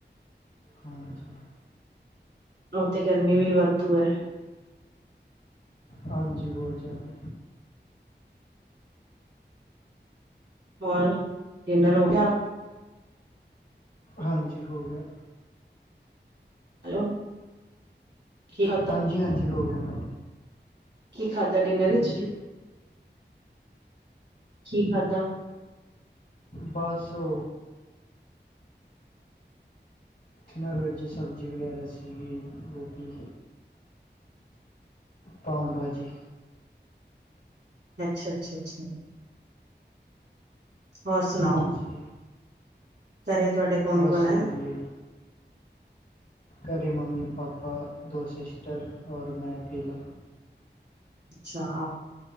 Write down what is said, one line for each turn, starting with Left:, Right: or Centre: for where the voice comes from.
Left: ਹਾਂਜੀ
Right: ਉਥੇ ਗਰਮੀ ਵੀ ਵਾਧੂ ਏ
Left: ਹਾਂਜੀ ਬਹੁਤ ਜਿਆਦਾ
Right: ਹੋਰ ਡਿਨਰ ਹੋ ਗਿਆ
Left: ਹਾਂਜੀ ਹੋ ਗਿਆ
Right: ਹੈਲੋ ਕੀ ਖਾਧਾ
Left: ਹਾਂਜੀ ਹਾਂਜੀ ਹੋ ਗਿਆ ਮੈਂ
Right: ਕੀ ਖਾਦਾ ਡਿਨਰ ਵਿੱਚ
Left: ਹਾਂਜੀ
Right: ਕੀ ਖਾਦਾ
Left: ਬਸ ਹੋ ਉਨਾ ਵਿੱਚ ਸਬਜ਼ੀ ਵਗੈਰਾ ਸੀਗੀ ਰੋਟੀ। ਪਾਓ ਭਾਜੀ,
Right: ਅੱਛਾ-ਅੱਛਾ ਅੱਛਾ, ਹੋਰ ਸੁਣਾਓ?
Left: ਹਾਂਜੀ
Right: ਘਰੇ ਤੁਹਾਡੇ ਕੌਣ
Left: ਬਸ
Right: ਕੌਣ ਹੈ
Left: ਵਧੀਆ ਜੀ। ਘਰੇ ਮੰਮੀ ਪਾਪਾ ਦੋ ਸਿਸਟਰ ਔਰ ਮੈਂ ਅਕੇਲਾ।
Right: ਅੱਛਾ